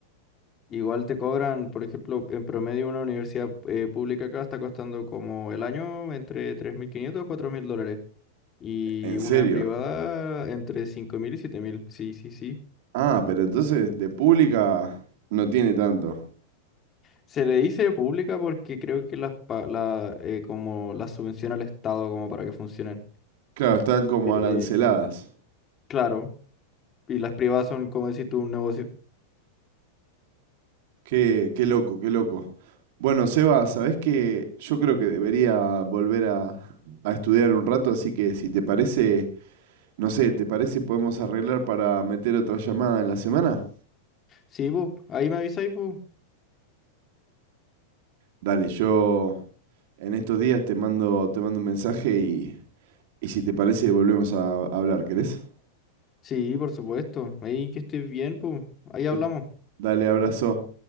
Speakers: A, on the left; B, on the right.
A: Igual te cobran, por ejemplo, en promedio una universidad eh, pública acá está costando como el año entre 3.500 4.000 dólares. Y
B: ¿En
A: una
B: serio?
A: privada entre 5.000 y siete mil Sí, sí, sí.
B: Ah, pero entonces de pública no tiene tanto.
A: Se le dice pública porque creo que las pa- la, eh, como las subvenciona el Estado como para que funcionen.
B: Claro, están como
A: Eh,
B: aranceladas.
A: claro. Y las privadas son, como decir tú, un negocio.
B: Qué, qué loco, qué loco. Bueno, Seba, ¿sabés qué? Yo creo que debería volver a, a estudiar un rato, así que si te parece, no sé, ¿te parece podemos arreglar para meter otra llamada en la semana?
A: Sí, pues, ahí me avisáis, pues.
B: Dale, yo en estos días te mando, te mando un mensaje y, y si te parece volvemos a, hablar, ¿querés?
A: Sí, por supuesto. Ahí que estés bien, pues. Ahí hablamos.
B: Eh, Dale, abrazo.